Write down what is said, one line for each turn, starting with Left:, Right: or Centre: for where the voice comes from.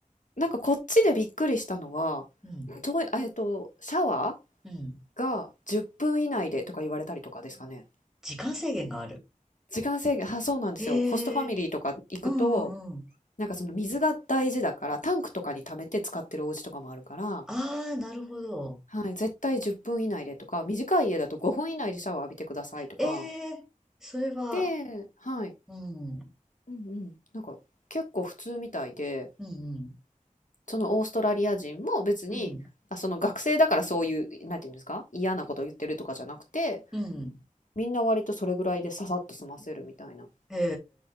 Left: なんかこっちでびっくりしたのは、
Centre: うん。
Left: とええっと、シャワ
Centre: うん。
Left: ーが10分以内でとか言われたりとかですかね？
Centre: 時間制限がある。
Left: 時間制限、は、そうなんですよ。
Centre: へえ、
Left: ホストファミリーとか行くと、
Centre: うんうんうん。
Left: なんかその水が大事だから、タンクとかに溜めて使ってるお家とかもあるから、
Centre: ああ、なるほど。
Left: はい、絶対10分以内でとか、短い家だと5分以内でシャワー浴びてくださいとか。
Centre: ええ、それは、
Left: で、はい。
Centre: うん、
Left: うんうん。なんか結構普通みたいで、
Centre: うん、
Left: そのオーストラリア人も別に、
Centre: うん、
Left: あ、その学生だからそういう、なんていうんですか、嫌なこと言ってるとかじゃなくて、
Centre: うん、
Left: みんな割とそれぐらいでささっと済ませるみたいな。
Centre: へ